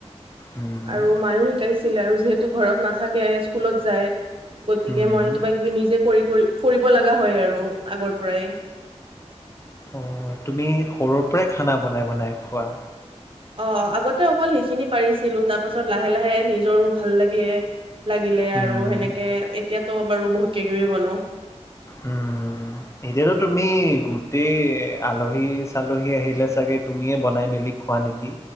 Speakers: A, on the left (about 25°); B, on the right (about 50°).
A: উম
B: আৰু মায়ো শিকাইছিলে আৰু যিহেতু ঘৰত নাথাকে স্কুলত যায় গতিকে
A: উম
B: মই কিবা কিবি নিজে কৰি কৰি কৰিব লগা হয় আৰু আগৰ পৰাই।
A: অ, তুমি সৰুৰ পৰাই খানা বনাই-বনাই খোৱা?
B: অ, আগতে অকল সেইখিনি পাৰিছিলো তাৰ পাছত লাহে লাহে নিজৰো ভাল লাগে। লাগিলে
A: উম
B: আৰু সেনেকে এতিয়াতো বাৰু বহুত কিবা-কিবি বনাও।
A: উম, এতিয়াতো তুমি গোটেই আলহী-চালহী আহিলে চাগে তুমিয়ে বনাই মেলি খোৱা নেকি?